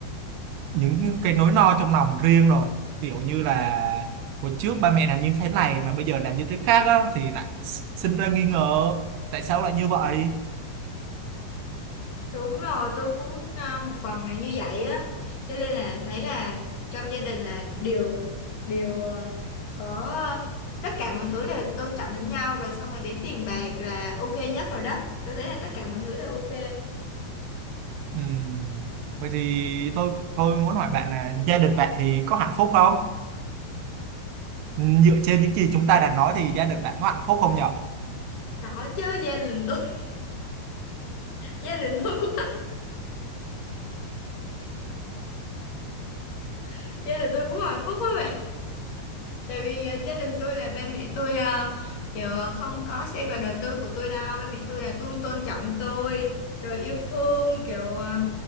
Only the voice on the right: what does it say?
những cái nỗi lo trong lòng riêng rồi kiểu như là hồi trước ba mẹ làm như thế này mà bây giờ làm như thế khác á, thì lại sinh ra nghi ngờ tại sao lại như vậy
Ừm, vậy thì tôi tôi muốn hỏi bạn là gia đình bạn thì có hạnh phúc không Ừm, dựa trên những gì chúng ta đã nói thì gia đình bạn có hạnh phúc không nhở <laughs>